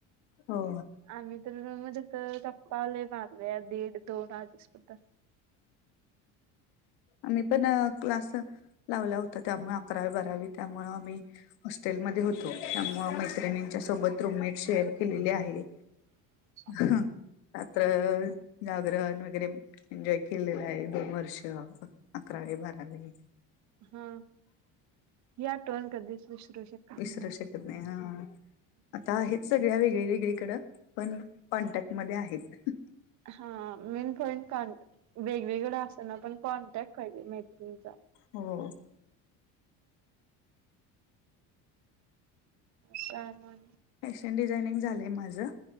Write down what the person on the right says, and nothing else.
आम्ही तर रूम मध्ये तर गप्पा लई मारल्या दीड दोन वाजूसपतर.
<inaudible>
हा ही आठवण कधीच विसरू शकत.
नाही.
हा मेन पॉईंटॉन्ट वेगवेगळं असना पण कॉन्टॅक्ट पाहिजे मैत्रीण
हा ना